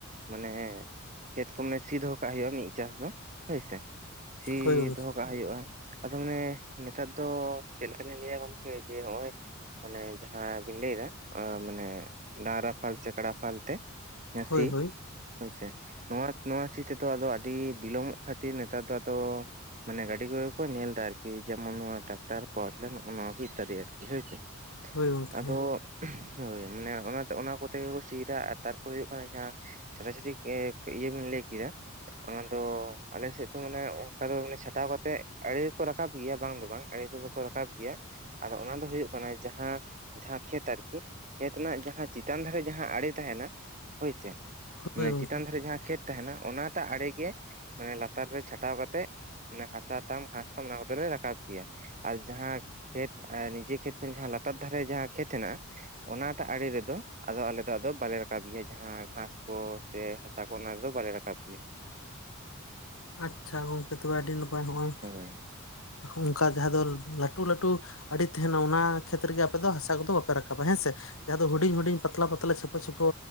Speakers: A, on the right; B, on the left.
A: ᱢᱟᱱᱮ ᱠᱷᱮᱛ ᱠᱚ ᱢᱟᱱᱮ ᱥᱤ ᱫᱚᱦᱚ ᱠᱟᱜ ᱦᱩᱭᱩᱜᱼᱟ ᱢᱤᱫ ᱪᱟᱥ ᱫᱚ ᱦᱳᱭ ᱥᱮ ᱥᱤ
B: ᱦᱳᱭ ᱜᱚᱝᱠᱮ
A: ᱫᱚᱦᱚ ᱠᱟᱜ ᱦᱩᱭᱩᱜᱼᱟ᱾ ᱟᱫᱚ ᱢᱟᱱᱮ ᱱᱮᱛᱟᱨ ᱫᱚ ᱪᱮᱫ ᱞᱮᱠᱟ ᱞᱤᱧ ᱞᱟᱹᱭᱼᱟ ᱜᱚᱝᱠᱮ ᱡᱮ ᱱᱚᱜᱼᱚᱭ ᱢᱟᱱᱮ ᱡᱟᱦᱟ ᱵᱤᱱ ᱞᱟᱹᱭ ᱫᱟ᱾ ᱢᱟᱱᱮ ᱰᱟᱹᱝᱨᱟ ᱯᱷᱟᱞ ᱪᱮ ᱠᱟᱰᱟ ᱯᱷᱟᱞ ᱛᱮ ᱚᱱᱮ
B: ᱦᱳᱭ
A: ᱥᱤ
B: ᱦᱳᱭ
A: ᱦᱳᱭ ᱥᱮ, ᱱᱚᱣᱟ ᱱᱚᱣᱟ ᱥᱤ ᱛᱮ ᱫᱚ ᱟᱹᱰᱤ ᱵᱤᱞᱚᱢ ᱚᱜ ᱠᱷᱟᱹᱛᱤᱨ ᱱᱮᱛᱟᱨ ᱫᱚ ᱟᱫᱚᱼᱼ ᱢᱟᱱᱮ ᱜᱟᱹᱰᱤ ᱠᱚ ᱜᱮ ᱠᱚ ᱧᱮᱞ ᱫᱟ ᱟᱨ ᱠᱤ ᱡᱮ ᱢᱚᱱ ᱱᱚᱣᱟ ᱴᱨᱟᱠᱴᱟᱨ ᱯᱟᱣᱟᱨ ᱴᱤᱞᱟᱨ ᱱᱚᱜᱚ ᱱᱚᱣᱟ ᱠᱚ ᱤᱛᱛᱟᱫᱤ ᱟᱨᱠᱤ ᱦᱳᱭ ᱥᱮ
B: ᱦᱳᱭ ᱜᱚᱝᱠᱮ
A: ᱟᱫᱚᱼᱼ ᱦᱳᱭ ᱢᱟᱱᱮ ᱚᱱᱟ ᱚᱱᱟ ᱠᱚᱛᱮ ᱜᱮᱠᱚ ᱥᱤ ᱫᱟ ᱟᱨ ᱛᱟᱨᱯᱚ ᱨᱮ ᱦᱩᱭᱩᱜ ᱠᱟᱱᱟ ᱡᱟᱦᱟ᱾ <unintelligible> ᱤᱭᱟᱹ ᱦᱚᱸᱧ ᱞᱟᱹᱭ ᱠᱮᱜᱟ᱾ ᱚᱱᱟ ᱫᱚ ᱟᱞᱮ ᱥᱮᱫ ᱫᱚ ᱢᱟᱱᱮ ᱚᱱᱠᱟ ᱫᱚ ᱪᱷᱟᱴᱟᱣ ᱠᱟᱛᱮᱜ ᱟᱲᱮ ᱠᱚ ᱨᱟᱠᱟᱵ ᱜᱮᱭᱟ ᱵᱟᱝ ᱫᱚ ᱵᱟᱝ ᱟᱲᱮ <unintelligible> ᱠᱚ ᱨᱟᱠᱟᱵ ᱜᱮᱭᱟ ᱟᱫᱚ ᱚᱱᱟ ᱫᱚ ᱦᱩᱭᱩᱜ ᱠᱟᱱᱟ ᱡᱟᱦᱟ ᱡᱟᱦᱟ ᱠᱷᱮᱛ ᱟᱨᱼᱼ ᱠᱤ ᱠᱷᱮᱛ ᱨᱮᱱᱟᱜ ᱡᱟᱦᱟ ᱪᱮᱛᱟᱱ ᱫᱷᱟᱨᱮ ᱡᱟᱦᱟ ᱟᱲᱮ ᱛᱟᱦᱮᱱᱟ ᱦᱳᱭ ᱥᱮ
B: ᱦᱳᱭ
A: ᱢᱟᱱᱮ
B: ᱜᱚᱝᱠᱮ
A: ᱪᱮᱛᱟᱱ ᱫᱷᱟᱨᱮ ᱡᱟᱦᱟ ᱠᱷᱮᱛ ᱛᱟᱦᱮᱱᱟ ᱚᱱᱟ ᱴᱟᱜ ᱟᱲᱮ ᱜᱮ ᱢᱟᱱᱮ ᱞᱟᱛᱟᱨ ᱨᱮ ᱪᱷᱟᱴᱟᱣ ᱠᱟᱛᱮᱜ ᱢᱟᱱᱮ ᱦᱟᱥᱟ ᱛᱟᱢ ᱜᱷᱟᱥ ᱛᱟᱢ ᱚᱱᱟ ᱠᱚᱫᱚ ᱞᱮ ᱨᱟᱠᱟᱵ ᱜᱮᱭᱟ᱾ ᱟᱨ ᱡᱟᱦᱟ ᱠᱷᱮᱛ ᱟᱨ ᱱᱤᱡᱮ ᱠᱷᱮᱛ ᱠᱷᱚᱱ ᱡᱟᱦᱟ ᱞᱟᱛᱟᱨ ᱫᱷᱟᱨᱮ ᱡᱟᱦᱟ ᱠᱷᱮᱛ ᱦᱮᱱᱟᱜᱼᱟ ᱚᱱᱟ ᱴᱟᱜ ᱟᱲᱮ ᱨᱮᱫᱚ ᱟᱫᱚ ᱟᱞᱮ ᱫᱚ ᱵᱟᱞᱮ ᱨᱟᱠᱟᱵ ᱜᱮᱭᱟ ᱡᱟᱦᱟ ᱜᱷᱟᱥ ᱠᱚ ᱥᱮᱼᱼ ᱥᱟ ᱠᱚ ᱚᱱᱟ ᱨᱮᱫᱚ ᱵᱟᱞᱮ ᱨᱟᱠᱟᱵ ᱜᱮᱭᱟ᱾
B: ᱟᱪᱪᱷᱟ ᱜᱚᱝᱠᱮ ᱛᱚᱵᱮ ᱟᱹᱰᱤ ᱱᱟᱯᱟᱭ ᱦᱚᱜᱼᱚᱭ
A: ᱦᱳᱭ
B: ᱚᱱᱠᱟ ᱡᱟᱦᱟ ᱫᱚ ᱞᱟᱹᱴᱩ ᱞᱟᱹᱴᱩ ᱟᱲᱮ ᱛᱟᱦᱮᱱᱟ ᱚᱱᱟ ᱠᱷᱮᱛ ᱨᱮᱜᱮ ᱟᱯᱮ ᱫᱚ ᱦᱟᱥᱟ ᱠᱚᱫᱚ ᱵᱟᱯᱮ ᱨᱟᱠᱟᱵᱟ ᱦᱮᱸ ᱥᱮ ᱡᱟᱦᱟ ᱫᱚ ᱦᱩᱸᱰᱤᱧ ᱦᱩᱸᱰᱤᱧ ᱯᱟᱛᱞᱟ ᱯᱟᱛᱞᱟ ᱪᱷᱮᱯᱚ ᱪᱷᱮᱯᱚᱼᱼ